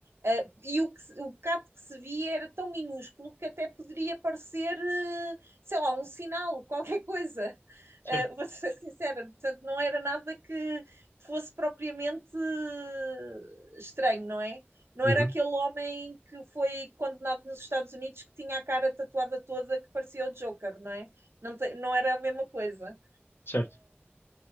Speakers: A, on the right (about 70°); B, on the left (about 60°).
A: Uh, e o, que, o bocado que se via era tão minúsculo que até poderia parecer, uh, sei lá, um sinal, <laughs> qualquer coisa.
B: certo.
A: Uh, vou ser sincera, portanto, não era nada que fosse propriamente uh, estranho, não é? Não
B: Uhum,
A: era aquele homem que foi condenado nos Estados Unidos que tinha a cara tatuada toda que parecia o Joker, não é? Não, te- não era a mesma coisa.
B: certo.